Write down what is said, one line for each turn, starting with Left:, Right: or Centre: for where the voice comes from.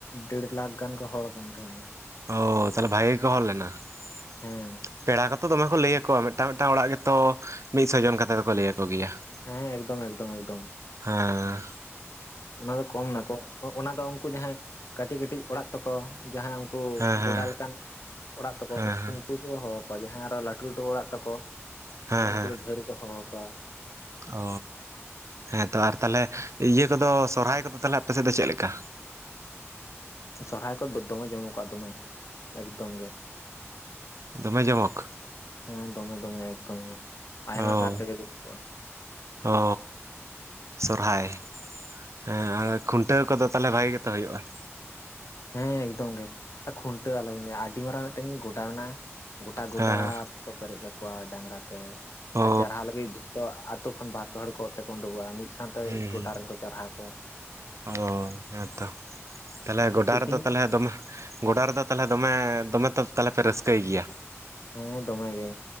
Left: ᱰᱮᱲ ᱞᱟᱠᱷ ᱜᱟᱱ ᱠᱚ, ᱦᱚᱲ ᱠᱟᱱ ᱛᱟᱦᱮᱸᱜᱼᱟ ᱾
Right: ᱚᱻ, ᱛᱟᱦᱞᱮ ᱵᱷᱟᱜᱮ ᱜᱮ ᱠᱚ, ᱦᱚᱲ ᱞᱮᱱᱟ ᱾
Left: ᱦᱮᱸ
Right: ᱯᱮᱲᱟ ᱠᱚᱛᱚ, ᱫᱚᱢᱮ ᱠᱚ, ᱞᱟᱹᱭ ᱟᱠᱚᱣᱟ ᱾ ᱢᱤᱫᱴᱟᱝ, ᱢᱤᱫᱴᱟᱝ ᱚᱲᱟᱜ ᱜᱮᱛᱚ, ᱢᱤᱫᱥᱚ ᱡᱚᱱ ᱠᱟᱛᱮᱫ ᱫᱚᱠᱚ, ᱞᱟᱹᱭ ᱟᱠᱚ ᱜᱮᱭᱟ ᱾
Left: ᱦᱮᱸ, ᱮᱠᱫᱚᱢ, ᱮᱠᱫᱚᱢ ᱮᱠᱫᱚᱢ ᱾
Right: ᱦᱮᱸᱻ ᱾
Left: ᱚᱱᱟ ᱫᱚ ᱠᱚᱢ ᱱᱟᱠᱚ ᱚᱱᱟ ᱫᱚ ᱩᱱᱠᱩ ᱡᱟᱦᱟᱸᱭ ᱠᱟᱹᱴᱤᱡ ᱠᱟᱹᱴᱤᱡ ᱚᱲᱟᱜ ᱛᱟᱠᱚ ᱡᱟᱦᱟᱸᱭ ᱩᱱᱠᱩᱼᱼ ᱠᱚ
Right: ᱦᱮᱸ ᱦᱮᱸ
Left: ᱜᱚᱰᱟ ᱞᱮᱠᱟᱱ ᱚᱲᱟᱜ ᱛᱟᱠᱚ᱾
Right: ᱦᱮᱸ
Left: ᱩᱱᱠᱩᱼᱼ
Right: ᱦᱮᱸ
Left: ᱩᱱᱠᱩ ᱠᱚ ᱦᱚᱦᱚ ᱟᱠᱚᱣᱟ ᱡᱟᱦᱟᱸᱭ ᱟᱨᱚ ᱞᱟᱹᱴᱩ ᱞᱟᱹᱴᱩ ᱚᱲᱟᱜ ᱛᱟᱠᱚ
Right: ᱦᱮᱸ
Left: ᱛᱟᱦᱚᱞᱮ ᱩᱱᱠᱩ
Right: ᱦᱮᱸ
Left: ᱫᱚ ᱫᱷᱟᱹᱨ ᱜᱮ ᱠᱚ ᱦᱚᱦᱚ ᱟᱠᱚᱣᱟ᱾
Right: ᱚ ᱦᱮᱸ ᱛᱚ ᱟᱨ ᱛᱟᱦᱚᱞᱮ ᱤᱭᱟᱹ ᱠᱚᱫᱚ ᱥᱚᱨᱦᱟᱭ ᱠᱚᱫᱚ ᱛᱟᱦᱚᱞᱮ ᱟᱯᱮ ᱥᱮᱫ ᱫᱚ ᱪᱮᱫ ᱞᱮᱠᱟ?
Left: ᱥᱚᱨᱦᱟᱭ ᱠᱚᱫᱚ ᱫᱚᱢᱮ ᱡᱚᱢ ᱠᱟᱜᱼᱟ ᱫᱚᱢᱮ, ᱮᱠᱫᱚᱢ ᱜᱮ
Right: ᱚ ᱫᱚᱢᱮ ᱡᱚᱢᱚᱠ?
Left: ᱦᱮᱸ ᱫᱚᱢᱮ ᱫᱚᱢᱮ ᱮᱠᱫᱚᱢ ᱜᱮ᱾ ᱟᱭᱢᱟ
Right: ᱚᱻ
Left: ᱠᱟᱨ ᱛᱮᱜᱮ ᱡᱚᱢ ᱠᱚᱜᱼᱟ
Right: ᱚᱻ ᱥᱚᱨᱦᱟᱭ᱾ ᱦᱮᱸ ᱟᱨ ᱠᱷᱩᱱᱴᱟᱹᱣ ᱠᱚᱫᱚ ᱛᱟᱦᱚᱞᱮ ᱵᱷᱟᱜᱤ ᱜᱮᱛᱚ ᱦᱩᱭᱩᱜᱼᱟ?
Left: ᱦᱮᱸ ᱮᱠᱫᱚᱢ ᱜᱮ ᱠᱷᱩᱱᱴᱟᱹᱣ ᱟᱞᱚ ᱵᱤᱱ ᱞᱟᱹᱭᱟ ᱟᱹᱰᱤ ᱢᱟᱨᱟᱝ ᱢᱤᱫᱴᱮᱱ ᱜᱚᱰᱟ ᱢᱮᱱᱟᱜᱼᱟ ᱜᱚᱴᱟ ᱜᱚᱰᱟᱼᱼ
Right: ᱦᱮᱸ ᱦᱮᱸ
Left: ᱠᱚ ᱯᱮᱨᱮᱡ ᱠᱟᱠᱚᱣᱟ ᱰᱟᱝᱨᱟ ᱛᱮ
Right: ᱚ
Left: ᱟᱨ ᱪᱟᱨᱦᱟᱣ ᱞᱟᱹᱜᱤᱫᱼᱼ ᱛᱚ ᱟᱛᱳ ᱠᱷᱚᱱ ᱵᱟᱨ ᱯᱮ ᱦᱚᱲ ᱠᱚ ᱚᱛ ᱛᱮᱠᱚ ᱩᱰᱩᱠᱚᱜᱼᱟ ᱢᱤᱫ ᱥᱟᱶᱛᱮ
Right: ᱦᱩᱸ
Left: ᱜᱚᱴᱟ
Right: ᱦᱩᱸ
Left: ᱨᱮᱱᱠᱚ ᱪᱟᱨᱦᱟᱣ ᱠᱚᱣᱟ᱾
Right: ᱚ ᱦᱮᱸᱛᱚ ᱛᱟᱦᱚᱞᱮ ᱜᱚᱰᱟ
Left: ᱛᱤᱠᱤᱱ
Right: ᱨᱮᱫᱚ ᱛᱟᱦᱚᱞᱮ ᱫᱚᱢᱮᱼᱼ ᱜᱚᱰᱟ ᱨᱮᱫᱚ ᱛᱟᱦᱚᱞᱮ ᱫᱚᱢᱮ ᱫᱚᱢᱮ ᱛᱚ ᱛᱟᱦᱚᱞᱮ ᱯᱮ ᱨᱟᱹᱥᱠᱟᱹᱭ ᱜᱮᱭᱟ?
Left: ᱦᱮᱸ ᱫᱚᱢᱮ ᱜᱮ